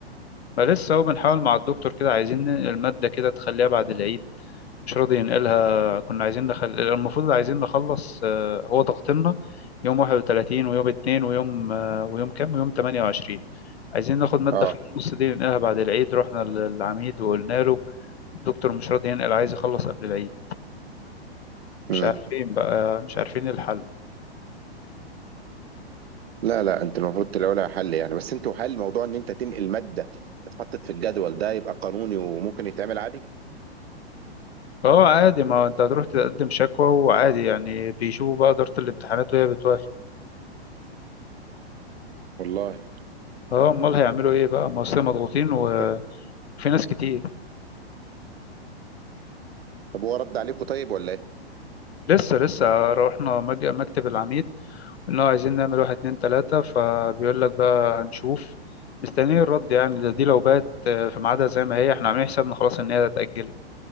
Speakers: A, on the left (about 75°); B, on the right (about 70°).
A: ما لسه هو بنحاول مع الدكتور كده عايزين المادة كده تخليها بعد العيد مش راضي ينقلها كنا عايزين نخل... المفروض عايزين نخلص آه، هو ضغطنا يوم 31 ويوم 2 ويوم آه، ويوم كام ويوم 28 عايزين ناخد مادة
B: اه
A: في النص دي ننقلها بعد العيد رحنا للعميد وقلنا له الدكتور مش راضي ينقل عايز يخلص قبل العيد مش
B: امم
A: عارفين بقى مش عارفين الحل
B: لا لا انت المفروض تلاقوا لها حل يعني بس انتوا هل موضوع ان انت تنقل مادة اتحطت في الجدول ده يبقى قانوني وممكن يتعمل عادي
A: اه عادي ما هو انت هتروح تقدم شكوى وعادي يعني بيشوفوا بقى إدارة الامتحانات وهي بتوافق
B: والله
A: اه امال هيعملوا ايه بقى ما اصل مضغوطين وفي
B: بس
A: ناس كتير
B: طب هو رد عليكم طيب ولا ايه
A: لسه لسه رحنا مج- مكتب العميد قلنا له عايزين نعمل واحد اتنين تلاتة فبيقول لك بقى هنشوف مستنيين الرد يعني ده دي لو بقت آه، في ميعادها زي ما هي احنا عاملين حسابنا خلاص ان هي اتأجلت